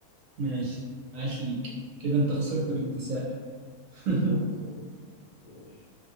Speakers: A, on the right; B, on the left.
A: ماشي عاش ليك كده انت خسرت
B: انت كده
A: باكتساح <laughs>
B: كده انا خسرت ماشي